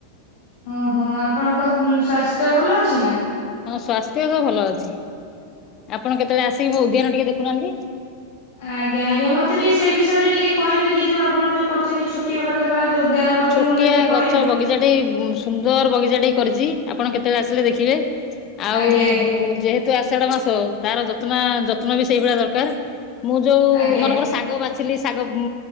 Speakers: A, on the left; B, on the left.
A: ଓହୋ, ଆପଣଙ୍କ ସ୍ୱାସ୍ଥ୍ୟ ଭଲ ଅଛି ନା?
B: ହଁ ସ୍ୱାସ୍ଥ୍ୟ ତ ଭଲ ଅଛି, ଆପଣ କେତେବେଳେ ଆସିକି ମୋ ଉଦ୍ଯାନ ଟିକେ ଦେଖୁନାହାନ୍ତି।
A: ଆଜ୍ଞା-ଆଜ୍ଞା ମତେ ଟିକେ ସେଇ ବିଷୟରେ ଟିକେ କହିବେ କି ଯୋଉ ଆପଣ ଯୋଉ କର୍ ଚନ୍ତି ଛୋଟିଆ ପାଠଶାଳା ଯୋଉ ଉଦ୍ୟାନ କରିଚନ୍ତି
B: ଛୋଟିଆ
A: <unintelligible> ଟିକେ କହିବେ।
B: <unintelligible> ସୁନ୍ଦର ବଗିଚା ଟି କରିଚି ଆପଣ କେତେବେଳେ ଆସିଲେ ଦେଖିବେ ଆଉ
A: ଆଜ୍ଞା ଆଜ୍ଞା
B: ଯେହେତୁ ଆଷାଢ ମାସ, ତାର ଯତ୍ନା ଯତ୍ନ ବି ସେଇଭଳିଆ ଦରକାର୍। ମୁଁ ଯୋଉ
A: ଆଜ୍ଞା
B: ମନେକର ଶାଗ ବାଛିଲି ଶାଗ